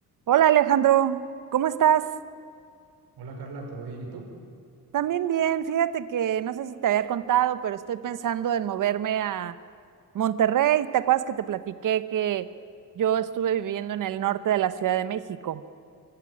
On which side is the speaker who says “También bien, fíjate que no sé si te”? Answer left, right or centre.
Right